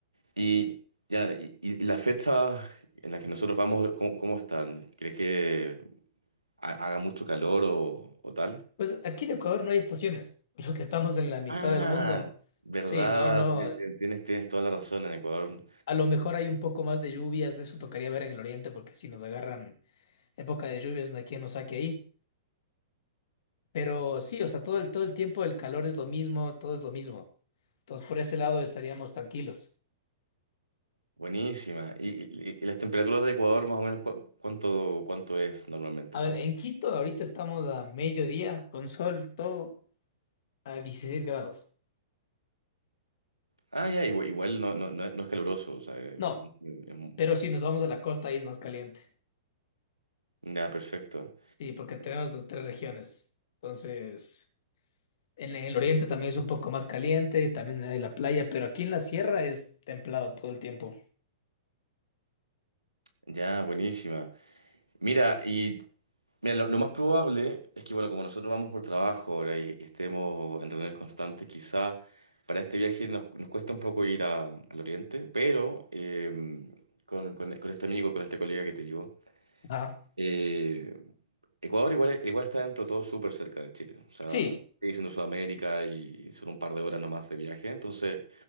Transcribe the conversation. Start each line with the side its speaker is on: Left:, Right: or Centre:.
Right: Y, ya, y, y las fechas en las que nosotros vamos, ¿cómo, cómo están? ¿Crees que ha- haga mucho calor o, o tal?
Left: Pues aquí en Ecuador no hay estaciones, <laughs> lo que estamos en la mitad
Right: Ah,
Left: del mundo.
Right: verdad,
Left: Sí, no, no.
Right: tienes, tienes, tienes- tienes toda la razón en Ecuador.
Left: A lo mejor hay un poco más de lluvias, eso tocaría ver en el oriente, porque si nos agarran época de lluvias, no hay quien nos saque ahí. Pero sí, o sea, todo el, todo el tiempo el calor es lo mismo, todo es lo mismo. Entonces, por ese lado estaríamos tranquilos.
Right: Buenísima. ¿Y, y- y las temperaturas de Ecuador más o menos cu- cuánto, cuánto es normalmente?
Left: A ver,
Right: O sea,
Left: en Quito ahorita estamos a mediodía, con sol, todo a 16 grados.
Right: ah, ya, igual, igual no, no, no es no es caluroso. O sea, es,
Left: No,
Right: es muy- es muy-
Left: pero si nos vamos a la costa, ahí es más caliente.
Right: ya, perfecto.
Left: Sí, porque tenemos las tres regiones. Entonces, en el oriente también es un poco más caliente, también hay la playa, pero aquí en la sierra es templado todo el tiempo.
Right: Ya, buenísima. Mira, y Mira, lo, lo más probable es que, bueno, como nosotros vamos por trabajo ahora y, y estemos en reuniones constantes, quizá para este viaje nos, nos cuesta un poco ir a- al oriente, pero em, con, con- con este amigo, con este colega que te digo,
Left: Ah,
Right: eh, Ecuador igual, igual está dentro de todo súper cerca de Chile. O sea,
Left: sí.
Right: sigue siendo Sudamérica y son un par de horas nomás de viaje. Entonces,